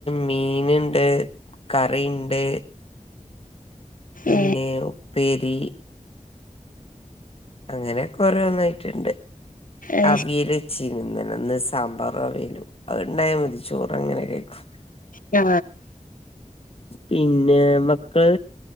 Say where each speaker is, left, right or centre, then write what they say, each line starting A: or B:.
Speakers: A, on the left; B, on the left.
A: മീനിണ്ട് കറിയിണ്ട് പിന്നെ
B: ഏഹ്
A: ഉപ്പേരി അങ്ങനെ കൊറേ <unintelligible>
B: അയ്ശ്
A: അവിയല് ചിന്ന്ന ഇന്ന് സാമ്പാറു അവിയലും അത് ഇണ്ടായാ മതി ചോറങ്ങനെ കൈക്കും
B: ആ
A: പിന്നെ മക്കൾ